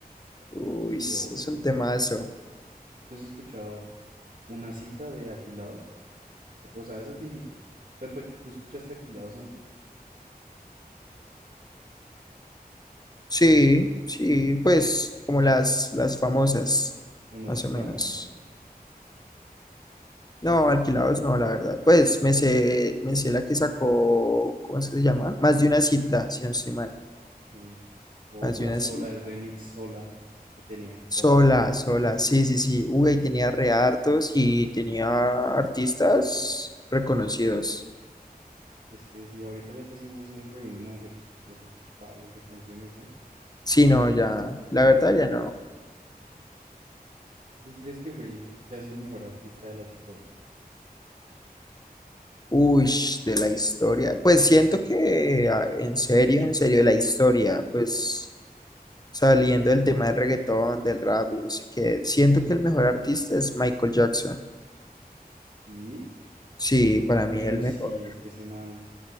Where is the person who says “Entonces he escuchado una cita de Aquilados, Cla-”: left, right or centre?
Right